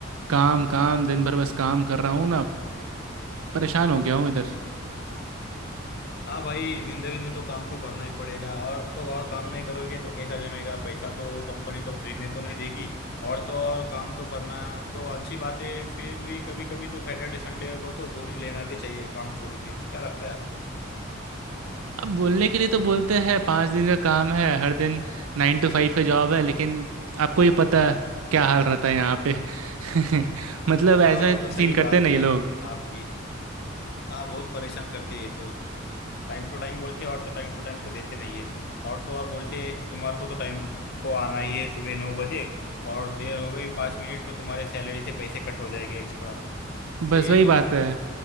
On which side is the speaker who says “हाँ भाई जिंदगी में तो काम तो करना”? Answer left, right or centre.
Left